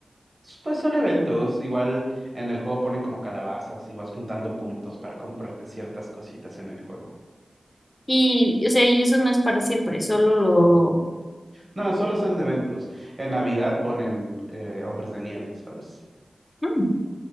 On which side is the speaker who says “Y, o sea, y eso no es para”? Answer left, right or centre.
Left